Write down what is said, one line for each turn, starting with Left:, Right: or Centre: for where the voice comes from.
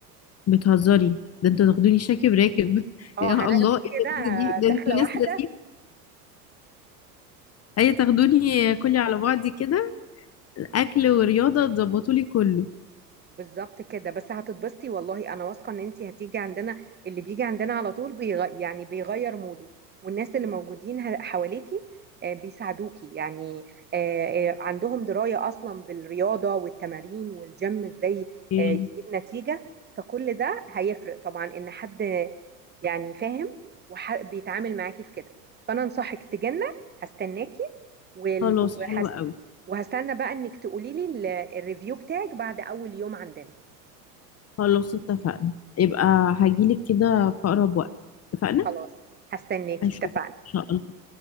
Left: بتهزري ده انتوا تاخدوني شاكب راكب <laughs>
Right: اه
Left: يا
Right: هناخدك
Left: الله ايه
Right: كده آه،
Left: اللذيذه دي ده انتوا
Right: دخلة
Left: ناس
Right: واحدة
Left: لذيذه اي تاخدوني كلي على بعضي كده اكل ورياضه تظبطوا لي كله
Right: بالظبط كده بس هتتبسطي والله انا واثقه ان انت هتيجي عندنا اللي بيجي عندنا على طول بيغ... يعني بيغير موده والناس اللي موجودين ه- حواليكي آه، بيساعدوكي يعني آه، آه، عندهم درايه اصلا بالرياضه والتمارين والجيم ازاي
Left: إيه؟
Right: آه، يجيب نتيجه فكل ده هيفرق طبعا ان حد يعني فاهم وبيتعامل معاكي في كده فانا انصحك تجنة هستناكي وال-
Left: خلاص
Right: وهس-
Left: حلو قوي
Right: وهستنى بقى انك تقولي لي الريفيو بتاعك بعد اول يوم عندنا
Left: خلاص اتفقنا يبقى هجيلك كده في أقرب وقت اتفقنا؟
Right: خلاص هستناكي
Left: أشوفك
Right: اتفقنا
Left: إن شاء الله